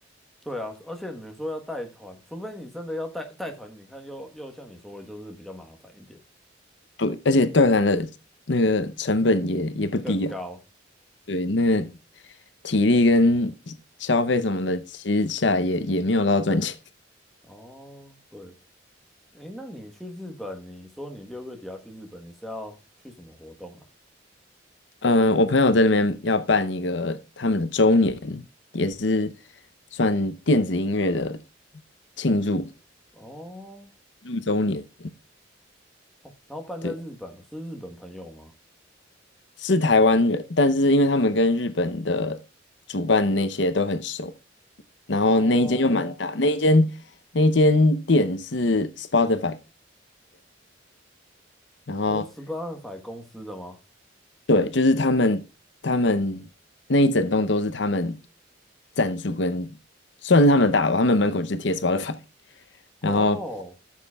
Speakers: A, in the centre; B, on the left.
A: 对啊，而且你说要带团，除非你真的要带带团，你看又又像你说的，就是比较麻烦一点，
B: 对，而且断缆的那个成本也也不低啊。
A: 更高。
B: 对，那个体力跟消费什么的，其实下来也也没有到赚钱。
A: 哦，对，诶，那你去日本，你说你六月底要去日本，你是要去什么活动啊？
B: 嗯、我朋友在那边要办一个他们的周年，也是算电子音乐的庆祝
A: 哦
B: 六周年。
A: 哦，然后办在日本，
B: 对，
A: 是日本朋友吗？
B: 是台湾人，但是因为他们跟日本的主办那些都很熟，然后那一间又蛮大，
A: 哦，
B: 那一间那一间店是 Spotify。然后
A: 哦，十八法公司的吗？
B: 对，就是他们，他们那一整栋都是他们赞助跟算是他们大楼，他们门口就是贴 Spotify，<laughs>
A: 哦，
B: 然后